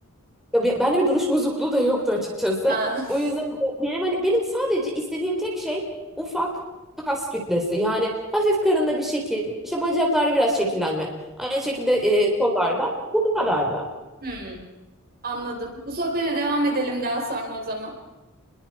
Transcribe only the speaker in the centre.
Ya be- bende bir duruş bozukluğu da yoktu açıkçası.
O yüzden benim hani benim sadece istediğim tek şey ufak kas kütlesi. Yani hafif karında bir şekil, işte bacaklarda biraz şekillenme. Aynı şekilde e, kollarda. Bu kadar da.